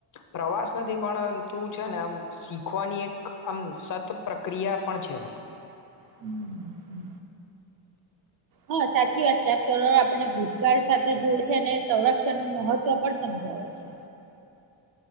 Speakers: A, on the left; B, on the right.
A: પ્રવાસ નથી પરંતુ છે ને આમ શીખવાની એક આમ સત પ્રક્રિયા પણ છે
B: હમ હમ હા સાચી વાત છે આ સ આપણે ભૂતકાળ સાથે જોડશે અને સંરક્ષણ ન મહત્વ પણ સમજાવે છે